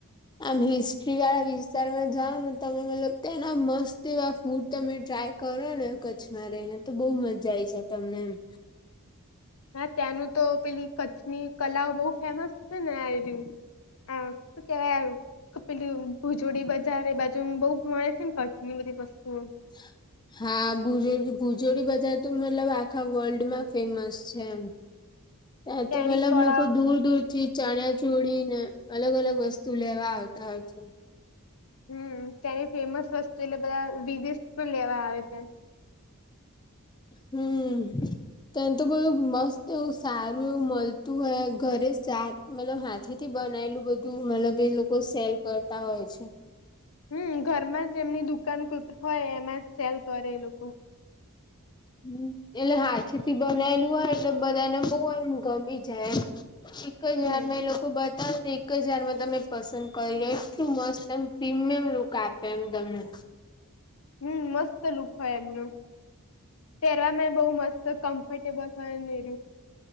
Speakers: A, on the left (about 20°); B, on the left (about 65°).
A: આમ હિસ્ટ્રી વાળા વિસ્તારમાં જાઓ ને તમે મતલબ ત્યાંના મસ્ત. તેવા ફૂડ તમે ટ્રાય કરો ને કચ્છમાં રહીને તો બહુ મજા આવી જાય તમને એમ.
B: હા ત્યાંનું તો પેલી કચ્છની કલાઓ બહુ ફેમસ છે ને આ. હ શું કેવાય પેલું ભૂજોડી બધી. તારે બાજુ બહુ મળે છે ને કચ્છ ની બધી વસ્તુઓ.
A: હ. હા ભુજોડી ભુજોડી બજાર તો મતલબ આખા વર્લ્ડમાં ફેમસ છે એમ. એ
B: ત્યાંની
A: તો મતલબ
B: કળાઓ
A: લોકો દૂર દૂર થી. ચણયા ચોડી ને અલગ અલગ વસ્તુ લેવા આવતા હોય છે.
B: હમ ત્યાંની ફેમસ વસ્તુ એટલે બધા વિદેશ પણ લેવા આવે છે.
A: હમ. તને તો બધું મસ્ત એવું સારું એવું મળતું હોય ઘરે સાર. મતલબ હાથે થી બનાયલું બધું મતલબ એ લોકો સેલ કરતા હોય છે.
B: હમ ઘરમાં જ એમની દુકાન હોય એમાં જ સેલ કરે એ લોકો.
A: હમ એટલે હાથે થી બનાયલું હોય એટલે બધાને બહુ એમ ગમી જાય એમ. એક જ
B: હમ
A: વાર મેં એ લોકો બધ. તા એકજ વારમાં તમે પસંદ કરી લો એટલું મસ્ત એમ પ્રીમિયમ લુક આપે એમ તમને.
B: હમ મસ્ત લુક હોય એમનું પહેરવામાં બહુ મસ્ત. તો કમ્ફર્ટેબલ હોય રું.